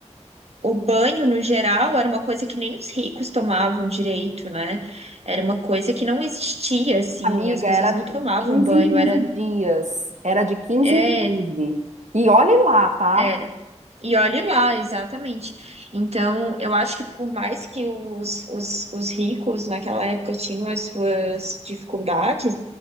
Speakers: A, on the right; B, on the right.
A: o banho, no geral, era uma coisa que nem os ricos tomavam direito, né? Era uma coisa que não existia, assim,
B: amiga,
A: as pessoas
B: era de
A: não tomavam
B: 15
A: banho,
B: em 15
A: era,
B: dias, era de quinze
A: é,
B: em quinze E olhe lá, tá?
A: era. E olhe lá, exatamente. Então, eu acho que por mais que os, os, os ricos naquela época tinham as suas dificuldades,